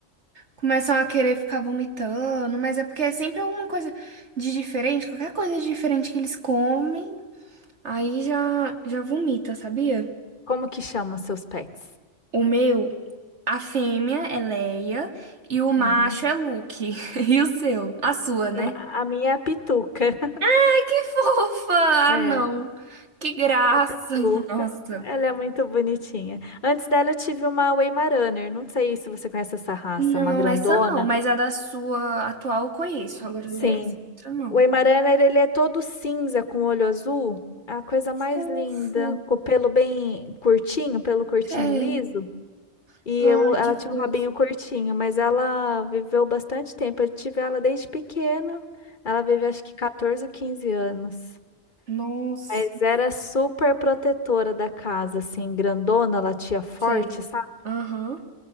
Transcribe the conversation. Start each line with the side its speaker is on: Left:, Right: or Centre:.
Right: começam a querer ficar vomitando, mas é porque é sempre alguma coisa de diferente, qualquer coisa de diferente que eles comem, aí já já vomita, sabia?
Left: Como que chamam seus pets?
Right: O meu A fêmea é Leia e o macho
Left: Uhum.
Right: é Luke. <laughs> E o seu? A sua,
Left: Como-
Right: né?
Left: A minha é a Pituca.
Right: Ai, que fofa!
Left: É.
Right: Ah, não. Que graça!
Left: a Pituca.
Right: <laughs> Nossa.
Left: Ela é muito bonitinha. Antes dela, eu tive uma Weimaraner. Não sei se você conhece essa raça,
Right: Não,
Left: uma grandona.
Right: essa não, mas a da sua atual eu conheço. Agora
Left: Sim.
Right: dessa outra não.
Left: O Weimaraner, ele é todo cinza com olho azul. É A coisa mais
Right: Fofo.
Left: linda. Com o pelo bem curtinho, pelo curtinho
Right: Sei.
Left: liso. E
Right: Ai,
Left: eu, ela
Right: que
Left: tinha
Right: fofo.
Left: um rabinho curtinho, mas ela viveu bastante tempo. Eu tive ela desde pequena. Ela viveu acho que 14 ou 15 anos.
Right: Nossa.
Left: Mas era super protetora da casa, assim, grandona, Ela latia forte,
Right: Sei.
Left: sabe?
Right: Aham.